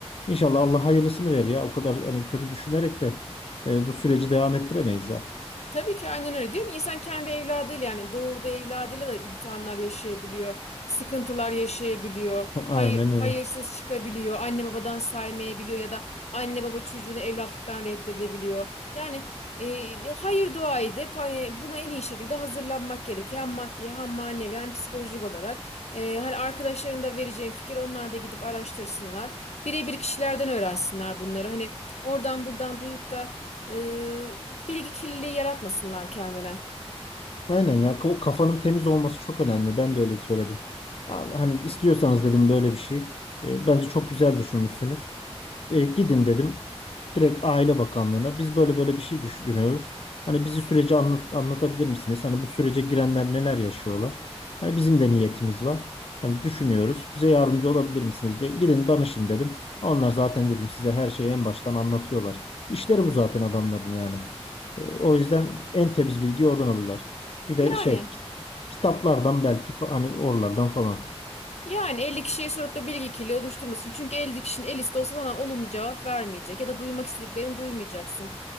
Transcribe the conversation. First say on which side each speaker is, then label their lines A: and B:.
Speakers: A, on the left; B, on the left.
A: İnşallah Allah hayırlısını verir ya. O kadar hani kötü düşünerek de e, bu süreci devam ettiremeyiz zaten.
B: Tabii ki aynen öyle. Diyorum ya, insan kendi evladıyla yani doğurduğu evladıyla da imtihanlar yaşayabiliyor, sıkıntılar yaşayabiliyor,
A: <laughs> Aynen
B: hayır, hayırsız
A: öyle.
B: çıkabiliyor, anne babadan saymayabiliyor ya da anne baba çocuğunu evlatlıktan reddedebiliyor. Yani e, hayır dua edip hani buna en iyi şekilde hazırlanmak gerekiyor. Hem maddi hem manevi hem psikolojik olarak. E, hani arkadaşların da vereceğim fikir onlar da gidip araştırsınlar. Birebir kişilerden öğrensinler bunları. Hani oradan buradan duyup da e, bilgi kirliliği yaratmasınlar kendine.
A: Aynen ya o kafanın temiz olması çok önemli. Ben de öyle söyledim. Abi, Hani istiyorsanız dedim böyle bir şey. E, bence çok güzel düşünmüşsünüz. E, gidin dedim. Direkt Aile Bakanlığı'na biz böyle böyle bir şey düşünüyoruz. Hani bizi süreci anlat- anlatabilir misiniz? Hani bu sürece girenler neler yaşıyorlar? Hani bizim de niyetimiz var. Hani düşünüyoruz. Bize yardımcı olabilir misiniz diye gidin danışın dedim. Onlar zaten dedim size her şeyi en baştan anlatıyorlar. İşleri bu zaten adamların yani. E, o yüzden en temiz bilgiyi oradan alırlar. Bir de
B: Yani.
A: şey kit- kitaplardan belki fa- hani oralardan falan.
B: Yani 50 kişiye sorup da bilgi kirliliği oluşturmasın. Çünkü 50 kişinin el liste olsa sana olumlu cevap vermeyecek. Ya da duymak istediklerini duymayacaksın.